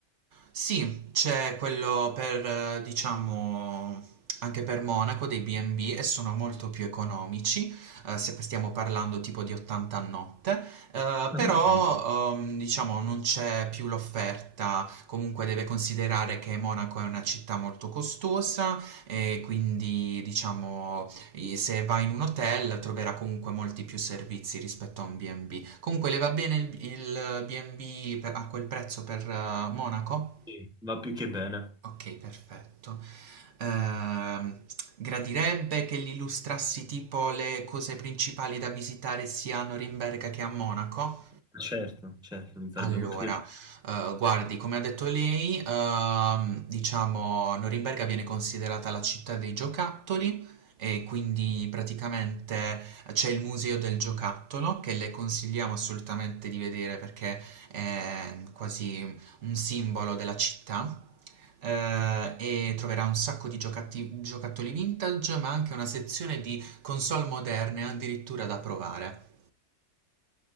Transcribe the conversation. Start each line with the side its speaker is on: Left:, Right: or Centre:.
Right: Sì, c'è quello per, eh, diciamo, anche per Monaco dei B&B e B e sono molto più economici, eh, se stiamo parlando tipo di 80 a notte, eh,
Centre: Ah,
Right: però,
Centre: ok.
Right: ehm, diciamo, non c'è più l'offerta, comunque deve considerare che Monaco è una città molto costosa e quindi, diciamo, e se va in un hotel troverà comunque molti più servizi rispetto a un B&B. Comunque le va bene il, il B&B per- a quel prezzo per eh, Monaco?
Centre: Sì, va più che bene.
Right: Ok, perfetto. Ehm, gradirebbe che gli illustrassi tipo le cose principali da visitare sia a Norimberga che a Monaco?
Centre: Certo, certo, mi farebbe
Right: Allora,
Centre: molto piacere.
Right: eh, guardi, come ha detto lei, ehm, diciamo, Norimberga viene considerata la città dei giocattoli e quindi praticamente c'è il museo del giocattolo che le consigliamo assolutamente di vedere perché è quasi un simbolo della città. Eh, e troverà un sacco di giocatti- giocattoli vintage, ma anche una sezione di console moderne addirittura da provare.